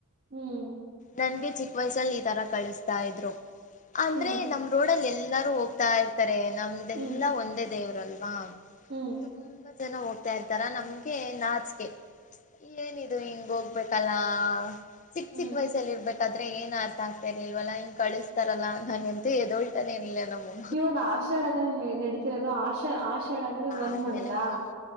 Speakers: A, on the right; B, on the left.
A: ಹ್ಮ್
B: ನನ್ಗೆ ಚಿಕ್ಕ ವಯಸ್ಸಲ್ಲಿ ಈ ತರ ಕಳಿಸ್ತಾ ಇದ್ರು ಅಂದ್ರೆ
A: ಹ್ಮ್
B: ನಮ್ ರೋಡಲಿ ಎಲ್ಲಾರು ಹೋಗ್ತಾ ಇರ್ತಾರೆ ನಮ್ದೆಲ್ಲಾ
A: ಹ್ಮ್
B: ಒಂದೇ ದೇವ್ರಲ್ವಾ
A: ಹ್ಮ್
B: ತುಂಬಾ ಜನ ಹೋಗ್ತಾ ಇರ್ತಾರ ನಮ್ಗೆ ನಾಚಕೆ ಏನಿದು ಹಿಂಗ ಹೋಗ್ಬೇಕಲ್ಲ ಚಿಕ್ಕ
A: ಹ್ಮ್
B: ಚಿಕ್ಕ ವಯಸಲ್ಲಿ ಇರ್ಬೇಕ ಆದ್ರೆ ಏನ್ ಅರ್ಥ ಆಗ್ತಾ ಇರ್ಲಿಲ್ವಲ್ಲ ಹಿಂಗ ಕಳಿಸ್ತಾರಲ್ಲ ನಾನ ಎಂತ ಎದೋಳ್ತಾನೇ ಇರ್ಲಿಲ್ಲ ನಮಗೆ
A: ಇವಾಗ ಆಷಾಢ ತಾನ ನಡೀತಿರೋದು ಆಷಾ ಆಷಾಢ ಅಂದ್ರೆ ಒನ್
B: ಆದ್ಮೇಲೆ
A: ಮಂಂತಾ
B: ಹ್ಮ್